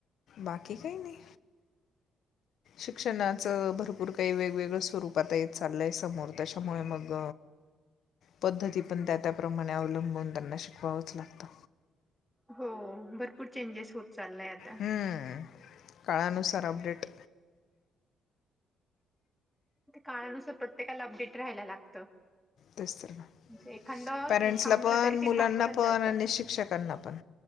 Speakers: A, on the left; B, in the centre.
A: बाकी काही नाही शिक्षणाचं भरपूर काही वेगवेगळं स्वरूप आता येत चाललंय समोर, त्याच्यामुळे मग पद्धती पण त्या त्या त्याप्रमाणे अवलंबून त्यांना शिकवावंच लागतं
B: हो भरपूर चेंजेस होत चाललाय आता
A: हम्म. काळानुसार अपडेट
B: ते काळानुसार प्रत्येकाला अपडेट राहायला लागतं.
A: तेच ना
B: म्हणजे एखादं
A: पॅरेंट्सला
B: थांबलं
A: पण,
B: तरी ते
A: मुलांना
B: थांबूनच
A: पण
B: जातं.
A: आणि शिक्षकांना पण